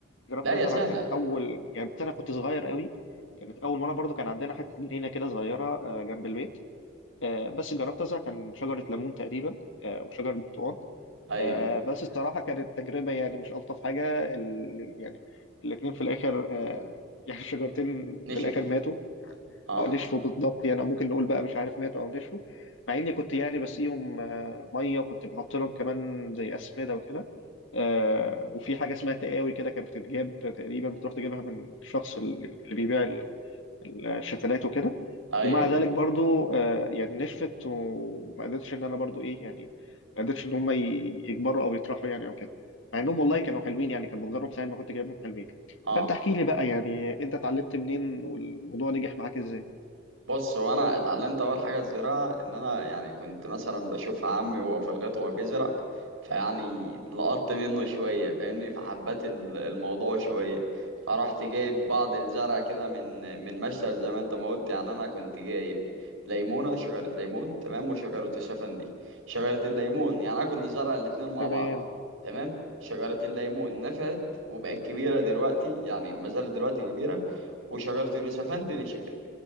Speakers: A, on the left; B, on the right.
A: جربت
B: لا
A: ازرع
B: يا سهله
A: كان اول يعني انا كنت صغير قوي كانت اول مرة برضو كان عندنا حتة جنينة كده صغيرة آه، جنب البيت آه، بس جربت ازرع كان شجرة ليمون تقريبا آه، وشجرة برتقال
B: ايوه
A: آه، بس الصراحة كانت تجربة يعني مش ألطف حاجة ال- يعني الاتنين في الآخر آه، يعني <laughs> الشجرتين
B: نشفه
A: في الآخر ماتوا
B: اه
A: او نشفوا بالضبط يعني او ممكن نقول بقى مش عارف ماتوا او نشفوا مع اني كنت يعني بسقيهم آه، ميه وكنت بحط لهم كمان زي اسمده وكده آه، وفي حاجه اسمها تقاوي كده كانت بتتجاب تقريبا بتروح تجيبها من الشخص اللي اللي بيبيع ال- الشتلات وكده
B: ايوه
A: ومع ذلك برضو آه، يعني نشفت وما قدرتش ان انا برضو ايه يعني ما قدرتش ان هم ي- يكبروا او يطرحوا يعني او كده مع انهم والله كانوا حلوين يعني كان منظرهم ساعه ما كنت جايبهم حلوين
B: اه
A: فانت احكي لي بقى يعني انت اتعلمت منين والموضوع نجح معاك ازاي
B: بص هو انا اتعلمت اول حاجه الزراعه ان انا يعني كنت مثلا بشوف عمي وهو في الغيط وهو بيزرع فيعني لقطت منه شويه فاهمني فحبيت ال- الموضوع شويه فرحت جايب بعض الزرع كده من من مشتل زي ما انت ما قلت يعني انا كنت جايب ليمونه شجره ليمون تمام وشجره الشفندي شجره الليمون يعني انا كنت زارع الاتنين مع
A: تمام
B: بعض تمام شجره الليمون نفعت وبقت كبيره دلوقتي يعني ما زالت دلوقتي كبيره وشجره اليوسفندي نشفت